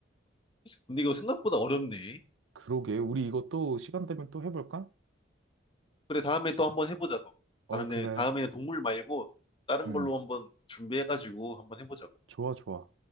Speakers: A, on the left (about 25°); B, on the right (about 85°).
A: 근데 이거 생각보다 어렵네.
B: 그러게, 우리 이것도 시간 되면 또 해볼까?
A: 그래, 다음에 또 한번 해보자고.
B: 어,
A: 다음에,
B: 그래.
A: 다음에 동물 말고 다른
B: 음,
A: 걸로 한번 준비해가지고 한번 해보자고.
B: 좋아, 좋아.